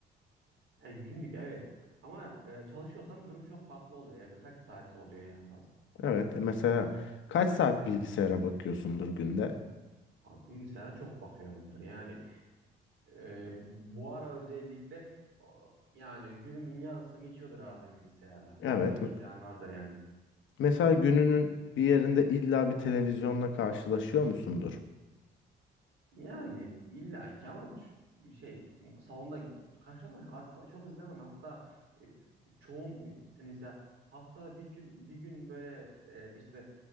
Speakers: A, on the right; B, on the left.
A: Yani günlük evet. Ama e, çalışıyorsam durum çok farklı oluyor ya. Birkaç saat oluyor en fazla.
B: Evet. e, Mesela kaç saat bilgisayara bakıyorsundur günde?
A: Abi, bilgisayara çok bakıyorumdur. Yani e, bu ara özellikle o, yani günümün yarısı geçiyordur herhalde bilgisayarla.
B: Evet.
A: 12
B: m-
A: falan vardır yani.
B: Mesela gününün bir yerinde illa bir televizyonla karşılaşıyor musundur?
A: Yani illa ki ama ç- şey salonda karşılama asla- çok izlemem. Hatta e, çoğum e, mesela haftada bir gün bir gün böyle e, işte